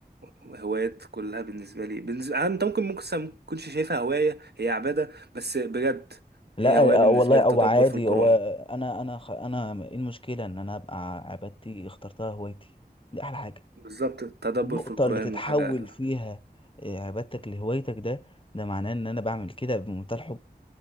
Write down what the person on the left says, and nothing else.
لا
آه، والله
او
عادي
هو انا انا خ- انا ايه المشكلة ان انا ابقى عبادتي اخترتها هوايتي دي احلى حاجة
النقطة
اللي تتحول
فيها آه، عبادتك لهوايتك ده ده معناه ان انا بعمل كده بمنتهى الحب